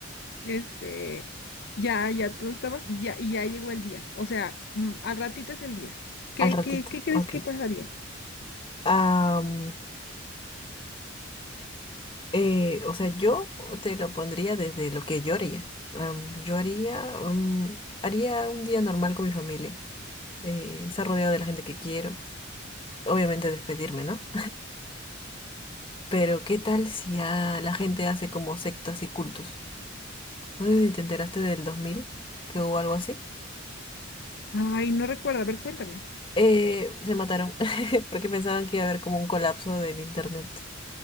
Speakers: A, on the left (about 55°); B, on the left (about 25°).
A: este, ya, ya todos estamos, ya, y ya llegó el día, o sea, mm, al ratito es el día. ¿Qué,
B: al ratito.
A: qué, qué crees
B: Ok.
A: que pasaría?
B: Am, eh, o sea, yo te lo pondría desde lo que yo haría. Am, yo haría, mm, haría un día normal con mi familia. Eh, estar rodeado de la gente que quiero. Obviamente despedirme, ¿no? Pero ¿qué tal si a la gente hace como sectas y cultos? No sé si te enteraste del 2000, que hubo algo así.
A: Ay, no recuerdo, a ver, cuéntame.
B: Eh, se mataron <laughs> porque pensaban que iba a haber como un colapso del internet.